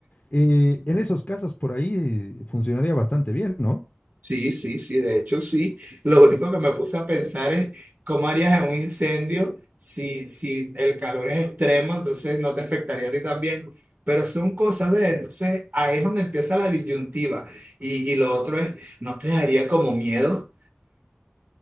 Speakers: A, on the left; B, on the right.
A: eh, en esos casos por ahí funcionaría bastante bien, ¿no?
B: Sí, sí, sí, de hecho sí. Lo único que me puse a pensar es cómo harías en un incendio si, si el calor es extremo, entonces no te afectaría a ti también. Pero son cosas, ¿ves? Entonces ahí es donde empieza la disyuntiva. Y, y lo otro es, ¿no te daría como miedo?